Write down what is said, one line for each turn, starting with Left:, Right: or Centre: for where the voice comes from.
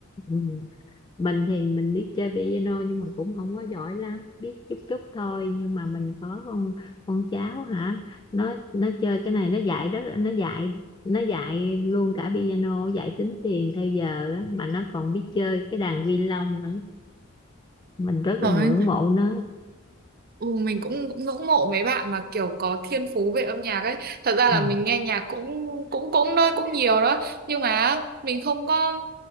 Left: ừ. mình thì mình biết chơi piano nhưng mà cũng không có giỏi lắm biết chút chút thôi nhưng mà mình có con con cháu hả nó nó chơi cái này nó dạy rất nó dạy nó dạy luôn cả piano dạy tính tiền theo giờ á, mà nó còn biết chơi cái đàn violon nữa mình rất
Right: rồi
Left: là ngưỡng mộ nó
Right: ừ, mình cũng, cũng ngưỡng mộ mấy bạn mà kiểu có thiên phú về âm nhạc ấy Thật ra là
Left: ừ.
Right: mình nghe nhạc cũng cũng cũng thôi, cũng nhiều đó Nhưng mà mình không có